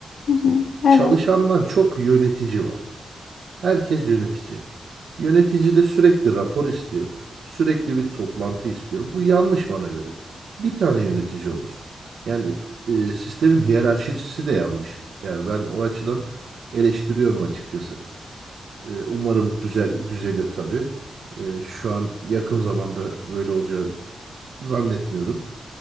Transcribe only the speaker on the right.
Çalışandan
çok yönetici var. Herkes yönetici. Yönetici de sürekli rapor istiyor. Sürekli bir toplantı istiyor. Bu yanlış bana göre. Bir tane yönetici olur. Yani e, sistemin hiyerarşisi de yanlış. Yani ben o açıdan eleştiriyorum açıkçası. E, umarım düzel düzelir tabii. E, şu an yakın zamanda böyle olacağı zannetmiyorum.